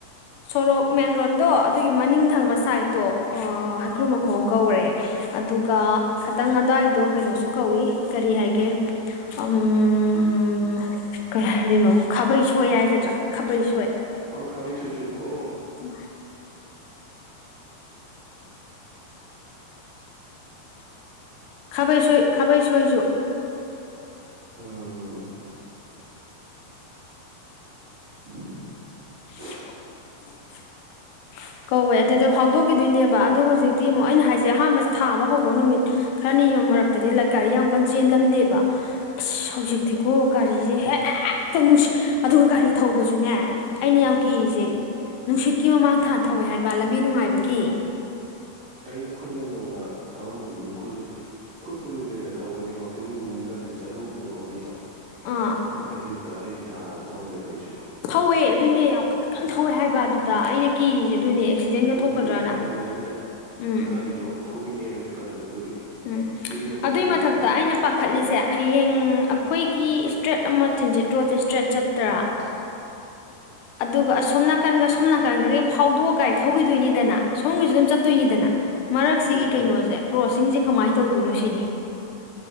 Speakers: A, on the left (about 85°); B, on the right (about 40°).
A: ꯁꯣꯔꯣꯛ ꯃꯦꯟ ꯔꯣꯠꯇꯣ ꯑꯗꯨꯒꯤ ꯃꯅꯤꯡ ꯊꯪꯕ ꯁꯥꯏꯠꯇꯣ ꯑ ꯍꯩꯀ꯭ꯔꯨ ꯃꯈꯣꯡ ꯀꯧꯔꯦ ꯑꯗꯨꯒ ꯈꯇꯪ ꯑꯗ꯭ꯋꯥꯏꯗꯣ ꯀꯩꯅꯣꯁꯨ ꯀꯧꯏ ꯀꯔꯤ ꯍꯥꯏꯒꯦ ꯎꯝ ꯎꯝ ꯀꯩ ꯍꯥꯏꯗꯣꯏꯅꯣ ꯈꯥꯕꯩ ꯁꯣꯏ ꯍꯥꯏꯒꯗ꯭ꯔꯥ ꯈꯥꯕꯩ ꯁꯣꯏ
B: ꯑ ꯈꯥꯕꯩꯁꯣꯏꯁꯨ ꯀꯣꯑꯣ
A: <unintelligible> <inaudible> ꯈꯕꯩ ꯁꯣꯏ ꯈꯕꯩ ꯁꯣꯏꯁꯨ
B: ꯎꯝ <unintelligible>
A: <inaudible> ꯀꯧꯋꯦ ꯑꯗꯨꯗ ꯐꯥꯎꯗꯣꯛꯈꯤꯗꯣꯏꯅꯦꯕ ꯑꯗꯣ ꯍꯧꯖꯤꯛꯇꯤ ꯑꯃꯨꯛ ꯑꯩꯅ ꯍꯥꯏꯁꯦ ꯑꯍꯥꯟꯕ ꯊꯥꯕ ꯍꯧꯕ ꯅꯨꯃꯤꯠ ꯈꯔ ꯅꯤꯕ ꯃꯔꯛꯇꯗꯤ ꯂꯠ ꯒꯥꯔꯤ ꯌꯥꯝ ꯀꯟ ꯆꯦꯜꯂꯝꯗꯦꯕ ꯑꯁ ꯍꯧꯖꯤꯛꯇꯤꯀꯣ ꯒꯥꯔꯤꯁꯦ ꯍꯦꯛ ꯍꯦꯛꯇ ꯅꯨꯡꯁꯤ ꯑꯗꯨꯒ ꯒꯥꯔꯤ ꯊꯧꯕꯁꯨꯅꯦ ꯑꯩꯅ ꯌꯥꯝ ꯀꯤꯔꯤꯁꯦ ꯅꯨꯡꯁꯤꯠ ꯀꯤ ꯃꯃꯥꯡ ꯊꯥ ꯊꯧꯋꯦ ꯍꯥꯏꯕ ꯂꯝꯕꯤ ꯅꯨꯡꯉꯥꯏꯕꯒꯤ
B: ꯑꯩꯅꯈꯣꯏꯅ ꯅꯣꯡꯃ ꯊꯧꯔꯝꯕꯗꯨꯁꯨ ꯑꯩꯈꯣꯏꯁꯨ ꯑꯈꯣꯏꯕꯨꯗꯤ ꯅꯨꯡꯊꯤꯟꯗ ꯊꯧꯕꯅꯦ ꯋꯥꯛꯀꯤꯡ ꯅꯨꯡꯒꯗꯤ ꯆꯠꯍꯧꯗꯦꯕꯀꯣ ꯃꯤꯗꯣ
A: ꯑꯥ
B: ꯑꯩꯁꯨ ꯍꯦꯛꯇ ꯑꯔꯩꯕꯤ ꯊꯥ ꯊꯧꯋꯦꯕ ꯑꯩꯁꯨ
A: ꯊꯧꯋꯦ ꯑꯗꯨꯅꯦ ꯌꯥꯝ ꯀꯟ ꯀꯟꯅ ꯊꯧꯋꯦ ꯍꯥꯏꯕ ꯑꯗꯨ ꯗꯥ ꯑꯩꯅ ꯀꯤꯔꯤꯁꯦ ꯑꯗꯨꯅꯦ ꯑꯦꯛꯁꯤꯗꯦꯟꯒ
B: ꯂꯝꯕꯤꯗꯣ
A: ꯊꯣꯛꯀꯗ꯭ꯔꯅ
B: ꯐꯕꯅꯤꯅꯅꯦ
A: ꯎꯝ
B: ꯒꯥꯔꯤꯗꯣ ꯊꯧꯅꯤꯡꯉꯦꯕ ꯍꯦꯛꯇ ꯀꯟꯅ ꯑꯗꯨꯒꯤ
A: ꯎꯝ
B: ꯃꯤꯁꯨ ꯑꯝꯇ
A: ꯑꯗꯨꯏ
B: ꯂꯩꯇꯕꯒꯤꯀꯣ
A: ꯃꯊꯛꯇ ꯑꯩꯅ ꯄꯥꯈꯠꯂꯤꯁꯦ ꯍꯌꯦꯡ ꯑꯩꯈꯣꯏꯒꯤ ꯏꯁꯇ꯭ꯔꯦꯠ ꯑꯃ ꯆꯤꯟꯖꯤꯠ ꯔꯣꯗꯁꯦ ꯏꯁꯇ꯭ꯔꯦꯠ ꯆꯠꯇ꯭ꯔꯥ
B: <unintelligible>
A: ꯑꯗꯨꯒ ꯑꯁꯣꯝ ꯅꯥꯀꯟꯒ ꯁꯣꯝ ꯅꯥꯀꯟꯒꯗꯤ ꯐꯥꯎꯗꯣꯛꯑ ꯒꯥꯔꯤ ꯊꯧꯈꯤꯗꯣꯏꯅꯤꯗꯅꯥ ꯁꯣꯝꯒꯤꯁꯨ ꯑꯗꯨꯝ ꯆꯠꯇꯣꯏꯅꯤꯗꯅꯥ ꯃꯔꯛꯁꯤꯒꯤ
B: ꯎꯝ
A: ꯀꯩꯅꯣꯁꯦ ꯀ꯭ꯔꯣꯁꯤꯡꯁꯦ ꯀꯃꯥꯏ ꯇꯧꯗꯣꯏꯅꯣ ꯁꯤꯅꯤ